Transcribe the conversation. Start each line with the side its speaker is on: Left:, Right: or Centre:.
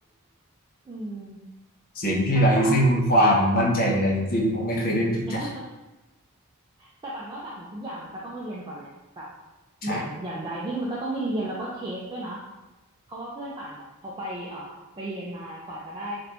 Right: อืม
Left: เสียงที่ไร้ซึ่งความมั่นใจใดๆทั้งสิ้นเพราะไม่เคยเล่นจริงจัง
Right: เข้าใจ <laughs> แต่ปันว่าแบบเหมือนทุกอย่างมันก็ต้องเรียนก่อนแหละแบบ
Left: ใช่
Right: อย่างอย่างไดวิ่งมันก็ต้องมีเรียนแล้วก็เทสด้วยนะ เพราะว่าเพื่อนป่านแบบเขาไปเอ่อไปเรียนมากว่าจะได้